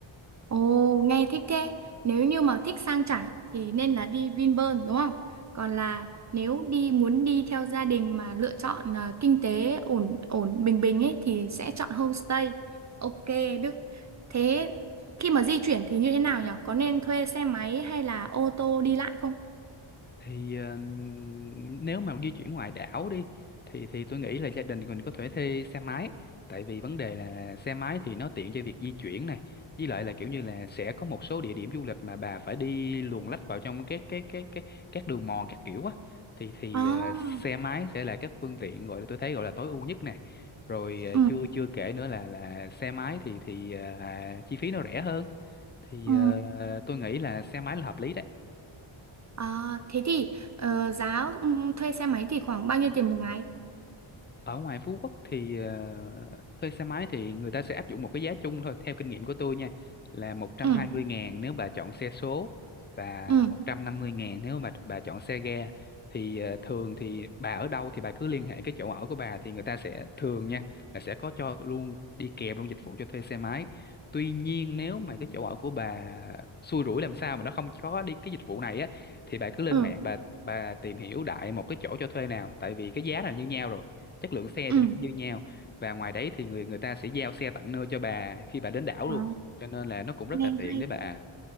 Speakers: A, on the right; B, on the left.
A: Ồ, nghe thích thế. Nếu như mà thích sang chảnh thì nên là đi Vinpearl đúng không? Còn là nếu đi muốn đi theo gia đình mà lựa chọn ờ, kinh tế ổn ổn bình bình ấy thì sẽ chọn homestay. Ok, Đức. Thế khi mà di chuyển thì như thế nào nhỉ? Có nên thuê xe máy hay là ô tô đi lại không?
B: thì ờ, nếu mà di chuyển ngoài đảo đi thì thì tôi nghĩ là gia đình mình có thể thuê xe máy tại vì vấn đề là xe máy thì nó tiện cho việc di chuyển này với lại là kiểu như là sẽ có một số địa điểm du lịch mà bà phải đi luồn lách vào trong cái cái cái cái các đường mòn các kiểu á thì thì
A: À,
B: ờ, xe máy sẽ là các phương tiện gọi là tôi thấy gọi là tối ưu nhất này rồi ờ,
A: Ừ,
B: chưa chưa kể nữa là là xe máy thì thì ờ, à, chi phí nó rẻ hơn thì
A: ừ.
B: Ừ. ờ, tôi nghĩ là xe máy là hợp lý đấy
A: À, thế thì ờ, giá ừ, thuê xe máy thì khoảng bao nhiêu tiền một ngày?
B: ở ngoài Phú Quốc thì ờ, thuê xe máy thì người ta sẽ áp dụng một cái giá chung thôi theo kinh nghiệm của tôi nha là một trăm
A: Ừ,
B: hai mươi ngàn nếu bà chọn xe số và
A: ừ,
B: một trăm năm mươi ngàn nếu mà bà chọn xe ga thì ờ, thường thì bà ở đâu thì bà cứ liên hệ cái chỗ ở của bà thì người ta sẽ thường nha là sẽ có cho luôn đi kèm luôn dịch vụ cho thuê xe máy tuy nhiên nếu mà cái chỗ ở của bà xui rủi làm sao mà nó không có đi cái dịch vụ này á thì bà cứ lên
A: ừ,
B: mạng bà bà tìm hiểu đại một cái chỗ cho thuê nào tại vì cái giá là như nhau rồi chất lượng xe
A: ừ.
B: thì nó cũng như nhau và ngoài đấy thì người người ta sẽ giao xe tận nơi cho bà khi bà đến đảo luôn
A: à,
B: cho nên là nó cũng rất
A: Nghe
B: là tiện
A: hay
B: để bà